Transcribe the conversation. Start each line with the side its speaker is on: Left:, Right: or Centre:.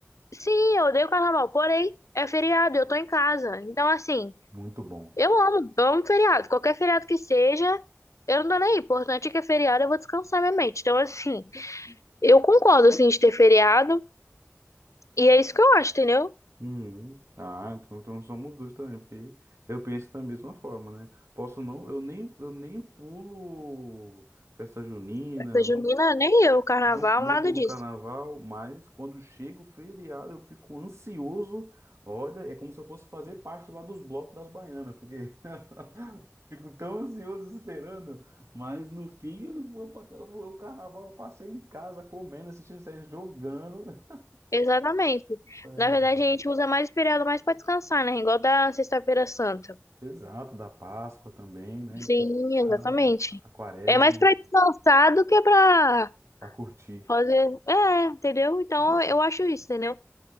Left: sim, eu odeio Carnaval. Porém, é feriado, eu tô em casa. Então, assim,
Right: Muito bom.
Left: eu amo, eu amo feriado. Qualquer feriado que seja, eu não tô nem aí. O importante é que é feriado, eu vou descansar minha mente. Então, assim. Eu concordo, assim, de ter feriado. E é isso que eu acho, entendeu?
Right: Uhum. Ah, então, então somos dois também, porque eu penso da mesma forma, né? Posso não, eu nem, eu nem pulo festa junina,
Left: Essa junina, nem eu, carnaval,
Right: Não, não
Left: nada
Right: pulo
Left: disso.
Right: carnaval, mas quando chega o feriado eu fico ansioso. Olha, é como se eu fosse fazer parte lá dos blocos das baianas, porque <laughs> fico tão ansioso esperando. Mas no fim eu não vou pra... eu vou- o carnaval eu passei em casa comendo, assistindo série, jogando. <laughs>
Left: Exatamente.
Right: É,
Left: Na verdade, a gente usa mais o feriado mais pra descansar, né? Igual da Sexta-feira Santa.
Right: Exato, da Páscoa também, né? Então,
Left: Sim,
Right: caramba,
Left: exatamente.
Right: a, a Quaresma
Left: É mais pra descansar do que pra
Right: para curtir.
Left: fazer. É, entendeu? Então,
Right: <laughs>
Left: eu acho isso, entendeu?